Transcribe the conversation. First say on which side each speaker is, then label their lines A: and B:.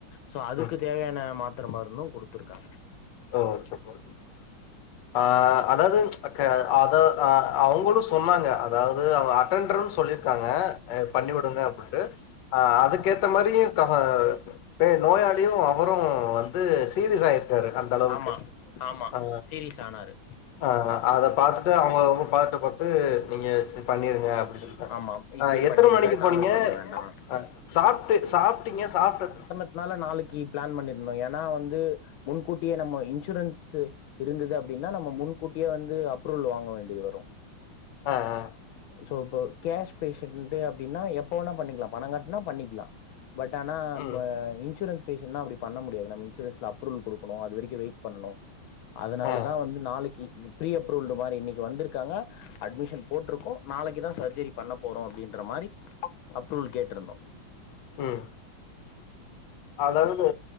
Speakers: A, on the left; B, on the left.
A: சோ அதுக்கு
B: ம்
A: தேவையான மாத்திர, மருந்தும் குடுத்துருக்காங்க.
B: ஓகே <unintelligible> ஆ அதாது க்க அத ஆ அவங்களு சொன்னாங்க அதாவது அவங்க அட்டண்டர்னு சொல்லிருக்காங்க பண்ணிவிடுங்க அப்டின்ட்டு ஆ அதுக்கேத்த மாரியு இருக்காங்க நோயாளியு அவரு வந்து சீரியஸ் ஆய் டாரு அந்த அளவுக்கு
A: ஆமா, ஆமா.
B: ஆ
A: சீரியஸ் ஆனாரு.
B: ஆ அத பாத்துட்டு அவுங்க ரொம்ப பதட்டபட் இது நீங்க பண்ணீருங்க அப்டின்
A: ஆமா.
B: ஆ
A: இப்பயே
B: எத்தன
A: பண்ணிடுங்க.
B: மணிக்கு
A: தாமதப்படுத்த
B: போனீங்க
A: ஆமாங்க. வேண்டாம்.
B: ஆ சாப்டு சாப்டீங்க சாப்ட
A: துனால நாளைக்கி பிளான் பண்ணிருந்தோ ஏன்னா வந்து முன்கூட்டியே நம்ம இன்சூரன்ஸ் இது இருந்தது அப்டின்னா நம்ம முன்கூட்டியே வந்து அப்ரூவல் வாங்க வேண்டியது வரும்
B: ஆ ஆ
A: சோ இப்போ கேஷ் பேசண்ட்டூ அப்டின்னா எப்ப வேணா பண்ணிக்கலா பணோ கட்டுனா பண்ணிக்கலா பட் ஆனா நம்ப
B: ம்
A: ஆ இன்சூரன்ஸ் பேஷன்ட்னா அப்டி பண்ண முடியாது நம்ம இன்சூரன்ஸ்ல அப்ரூவல் குடுக்கணு அது வெரிக்கோ வெயிட் பண்ணனு அதனாலதா
B: ஆ
A: வந்து நாளைக்கி ப்ரீ அப்ரூவல்டு மாரி இன்னக்கி வந்திருக்காங்க அட்மிஷன் போட்ருக்கோ நாளைக்கி தா சர்ஜரி பண்ண போறோ அப்டின்ற மாரி அப்ரூவல் கேட்ருந்தோ
B: ம் அதாவது